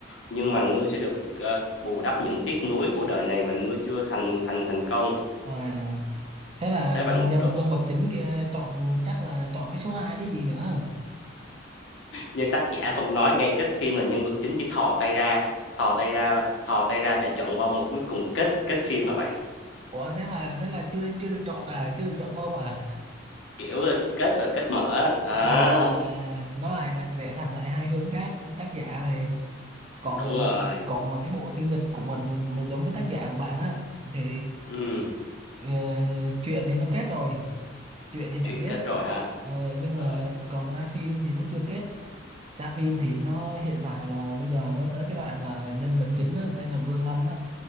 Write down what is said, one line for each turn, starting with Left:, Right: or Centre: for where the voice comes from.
Left: nhưng mà ngươi sẽ được ờ, bù đắp những tiếc nuối của đời này mà ngươi chưa thành thành thành công
Right: à thế là
Left: thế
Right: nhân
Left: bạn đo-
Right: nhân vật chính kia chọn chắc là chọn cái số 2 chứ gì nữa
Left: như tác giả không nói ngay kết phim là nhân vật chính chỉ thò tay ra thò tay ra thò tay ra để chọn bông mà cuối cùng kết kết phim hả bạn
Right: ủa thế là thế là chưa chưa được chọn à chưa được chọn bông à
Left: kiểu ờ, kết rồi kết mở đó
Right: à nó lại lại rẽ thành lại hai hướng khác tác giả này còn
Left: đúng rồi
Right: còn mà cái bộ tiêu nghịch của mình mà giống với tác giả của bạn á thì
Left: ừ.
Right: ờ, chuyện thì nó kết rồi chuyện thì đã
Left: chuyện
Right: kết
Left: kết rồi hả
Right: ờ, nhưng
Left: ờ
Right: mà còn ra phim thì nó chưa kết ra phim thì nó hiện tại là bây giờ mới tới cái đoạn là nhân vật chính á, tên là Vương Lâm á